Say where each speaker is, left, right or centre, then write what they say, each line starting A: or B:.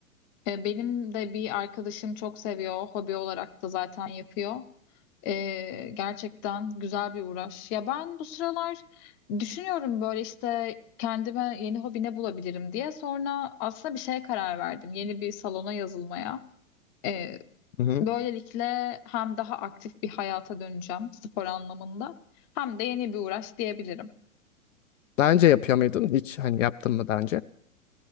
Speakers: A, on the left; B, on the left.
A: e, benim de bir arkadaşım çok seviyor. Hobi olarak da zaten yapıyor. Ee, gerçekten güzel bir uğraş. Ya ben bu sıralar düşünüyorum böyle işte kendime yeni hobi ne bulabilirim diye. Sonra aslında bir şeye karar verdim. Yeni bir salona yazılmaya. Ee,
B: Hı hı.
A: böylelikle hem daha aktif bir hayata döneceğim spor anlamında hem de yeni bir uğraş diyebilirim.
B: Daha önce yapıyor muydun? Hiç hani yaptın mı daha önce?